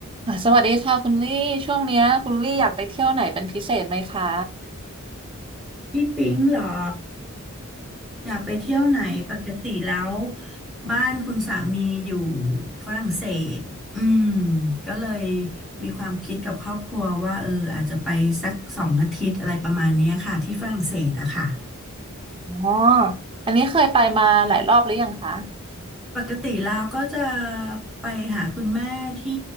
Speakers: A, on the right; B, in the centre.
A: อ่ะสวัสดีค่ะคุณลี่ช่วงเนี้ยคุณลี่อยากไปเที่ยวไหนเป็นพิเศษไหมคะ
B: พี่ปิ๊งเหรออยากไปเที่ยวไหนปกติแล้วบ้านคุณสามีอยู่ฝรั่งเศสอืมก็เลยมีความคิดกับครอบครัวว่าเอออาจจะไปสักสองอาทิตย์อะไรประมาณเนี้ยค่ะที่ฝรั่งเศสอะค่ะ
A: อ๋ออันนี้เคยไปมาหลายรอบหรือยังคะ
B: ปกติแล้วก็จะไปหาคุณแม่ที่